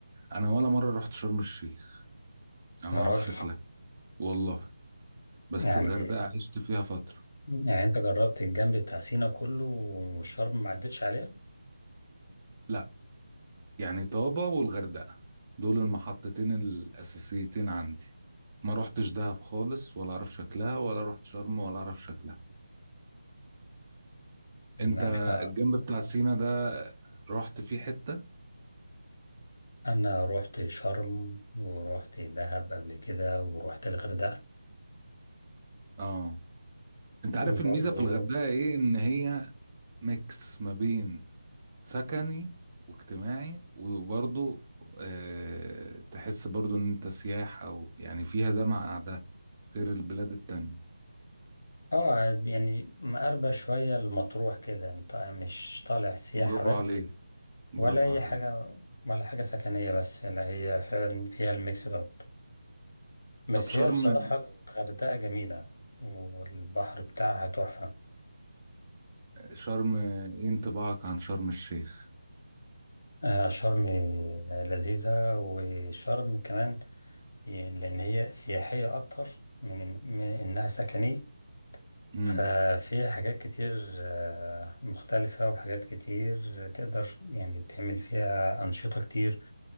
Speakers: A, on the right; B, on the left.
A: أنا ولا مرة رحت شرم الشيخ أنا
B: يا
A: ما أعرفش
B: راجل
A: شكلها والله بس
B: يعني
A: الغردقة عشت فيها فترة
B: يعني أنت جربت الجنب بتاع سينا كله والشرم ما عدتش عليها؟
A: لا يعني طابة والغردقة دول المحطتين الأساسيتين عندي ما رحتش دهب خالص ولا أعرف شكلها ولا رحت شرم ولا أعرف شكلها
B: يعني
A: أنت
B: أنت
A: الجنب بتاع سينا ده رحت فيه حتة
B: أنا رحت شرم ورحت دهب قبل كده ورحت الغردقة
A: آه أنت
B: وبرضه
A: عارف الميزة في الغردقة إيه إن هي ميكس ما بين سكني واجتماعي وبرضه آه، تحس برضه ان انت سياحة و- يعني فيها ده مع ده غير البلاد التانية
B: آه يعني مقربة شوية المطروح كده أنت مش طالع سياحة
A: برافو
B: بس
A: عليك برافو
B: ولا أي
A: عليك
B: حاجة ولا حاجة سكنية بس لا هي فعلا فيها الميكس دوت بس
A: طب شرم
B: هي بصراحة الغردقة جميلة والبحر بتاعها تحفة
A: شرم ايه انطباعك عن شرم الشيخ
B: آه، شرم آه، لذيذة وشرم كمان يعني لأن هي سياحية أكتر من من إنها سكنية
A: امم
B: ففيها حاجات كتير آه، مختلفة وحاجات كتير تقدر يعني تعمل فيها أنشطة كتير